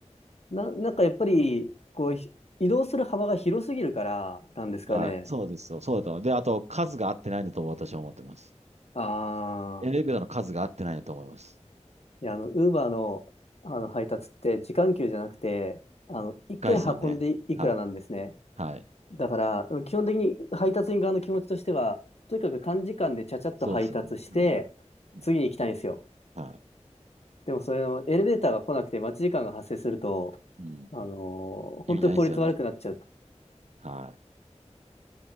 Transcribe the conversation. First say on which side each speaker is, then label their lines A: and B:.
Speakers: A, on the left; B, on the right.
A: な、なんかやっぱり、こう、ひ移動する幅が広すぎるからなんですかね。
B: はい。そうですよ。そうだと思う。で、あと、数が合ってないんだと私は思ってます。
A: あ
B: エレベーターの数が合ってないんだと思います。
A: あ、いや、あの、ウーバーの、あの配達って時間給じゃなくて、あの、
B: 一回ですよね。
A: 一件運んでいくらなんですね。
B: はい。はい。
A: だから、基本的に配達員側の気持ちとしては、とにかく短時間でちゃちゃっと配達して、
B: そうですよね。うん。うん
A: 次に行きたいんですよ。
B: は
A: でも、それのエレベーターが来なくて待ち時間が発生すると、
B: い。うん。
A: あのー本当に効率悪くなっちゃっ
B: 意味ないですよね。はい。